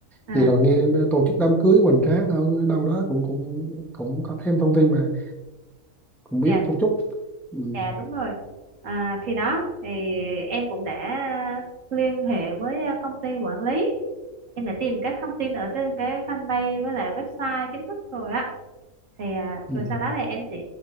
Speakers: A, on the right; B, in the centre.
A: À,
B: Vì rồi nghe tổ chức đám cưới hoành tráng ở đâu đó cũng cũng cũng có thêm thông tin mà cũng biết
A: Dạ,
B: chút chút. Ừ.
A: dạ đúng rồi. À, thì đó, thì em cũng đã liên hệ với à, công ty quản lý. Em đã tìm các thông tin ở trên cái fanpage với lại website chính thức rồi á. Thì à,
B: Ừ.
A: rồi sau đó thì em sẽ